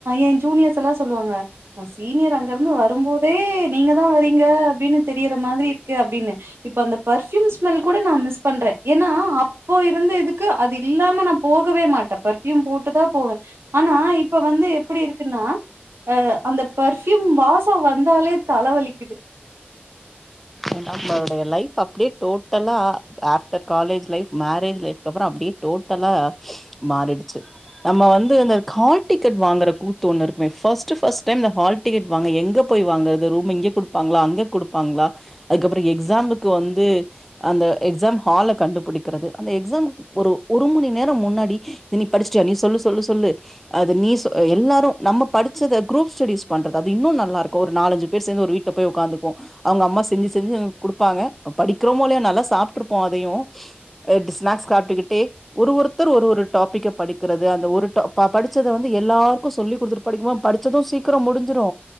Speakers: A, on the right; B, in the centre.
A: என் ஜூனியர்ஸ் எல்லா சொல்லுவாங்க சீனியர் அங்க இருந்து வரும்போதே நீங்க தா வரீங்க அப்டின்னு தெரியற மாதிரி இருக்கு அப்டின்னு இப்ப அந்த பர்ஃயூம் ஸ்மெல் கூட நா மிஸ் பண்ற ஏனா அப்போ இருந்த இதுக்கு அது இல்லாம நா போகவே மாட்டே பர்ஃபயூம் போட்டுதா போவே ஆனா இப்ப வந்து எப்டி இருக்குன்னா அ அந்த பர்ஃயூம் வாசோ வந்தாலே தலவலிக்குது
B: ஏனா நம்மளுடைய லைஃப் அப்டியே டோட்டலா after college life marriage life அப்றோ அப்டியே டோட் டலா மாறிடுச்சு நம்ம வந்து அந்த ஹால் டிக்கட் வாங்கற கூத்து ஒன்னு இருக்குமே ஃபஸ்டு ஃபஸ்ட் டைம் அந்த ஹால் டிக்கெட் வாங்க எங்க போய் வாங்கறது ரூம் இங்க குடுப்பாங்ளா அங்க குடுப்பாங்ளா அதுக்கப்பற எக்ஸாமுக்கு வந்து அந்த எக்ஸாம் ஹால கண்டுபிடிக்கிறது அந்த எக்ஸாம் ஒரு ஒரு மணி நேர முன்னாடி இத நீ படிச்சுட்டியா நீ சொல்லு சொல்லு சொல்லு அது நீ ச எல்லாரு நம்ம படிச்சத குரூப் ஸ்டடிஸ் பண்றது அது இன்னு நல்லாருக்கு ஒரு நாலஞ்சு பேர் சேந்து ஒரு வீட் ல போய் உக்காந்துக்வோ அவங்க அம்மா செஞ்சு செஞ்சு குடுப்பாங்க படிக்கிறோமோ இல்லையா நல்லா சாப்ட்ருப்போ அதையு அ டு ஸ்னாக்ஸ் சாப்ட்டுக்கிட்டே ஒரு ஒருத்தர் ஒரு ஒரு டாபிக்க படிக்கிறது அந்த ஒரு டாப் படிச்சதை வந்து எல்லாருக்கு சொல்லி குடுத்துட்டு படிக்குபோ படிச்சது சீக்கிரோ முடிஞ்சிரு